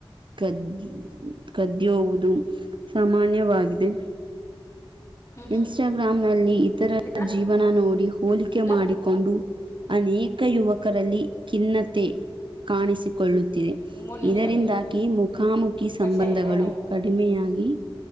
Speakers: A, on the right; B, on the left.
A: ಕದ್ ಕದ್ದಿಯುವುದು ಸಾಮಾನ್ಯವಾಗಿದೆ
B: ಹ್ಮ್ ಹ್ಮ್
A: ಇನ್ಸ್ಟಾಗ್ರಂ ನಲ್ಲಿ ಇತರರ
B: ಶ್ರುತಿಕಾ
A: ಜೀವನ ನೋಡಿ ಹೋಲಿಕೆ
B: ಇಂದ
A: ಮಾಡಿ ಕೊಂಡು ಅನೇಕ ಯುವಕರಲ್ಲಿ ಖಿನ್ನತೆ ಕಾಣಿಸಿಕೊಳ್ಳುತ್ತಿದೆ
B: ಮೂರು ನಿಮಿಷಲ್ಲಂದು
A: ಇದರಿಂದಾಗಿ ಮುಖಾಮುಖಿ ಸಂಬಂಧಗಳು
B: ಕಟ್ಸ ಇದೆ
A: ಕಡಿಮೆಯಾಗಿ